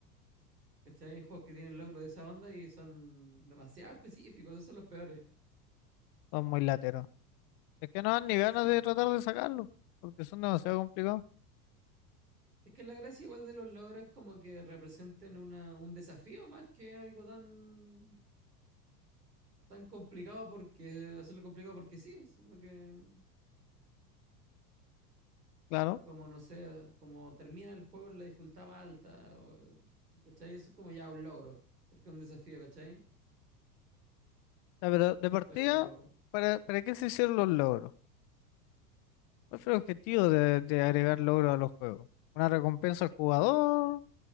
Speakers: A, on the right (about 80°); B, on the left (about 45°).
A: ¿Cachai? Hay juegos que tienen logros de esa onda y son demasiado específicos, esos son los peores.
B: son muy lateros. Es que no dan ni ganas
A: Sí.
B: de tratar de sacarlo, porque son demasiado complicados,
A: Es que la gracia igual de los logros es como que representen una, un desafío más que algo tan, tan complicado porque hacerlo complicado porque sí, sino que
B: claro.
A: como no sé, como termina el juego en la dificultad más alta, o, ¿cachai? Eso es como ya un logro, porque es un desafío, ¿cachai?
B: Ya, pero de partida,
A: Pero
B: ¿para, para qué se hicieron los logros? ¿Cuál fue el objetivo de, de agregar logros a los juegos? ¿Una recompensa al jugador?